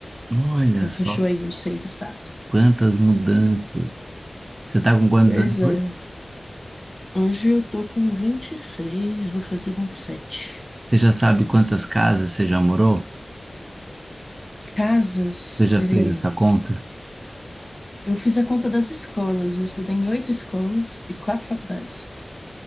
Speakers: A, on the right; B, on the left.
A: Olha
B: Então,
A: só
B: fechou aí os seis estados.
A: quantas mudanças. Você tá com quantos
B: Pois
A: anos
B: é.
A: hoje?
B: Hoje eu tô com vinte e seis vou fazer vinte e sete
A: Você já sabe quantas casas você já morou?
B: Casas,
A: Você já
B: peraí.
A: fez essa conta?
B: Eu fiz a conta das escolas. Eu estudei em oito escolas e quatro faculdades.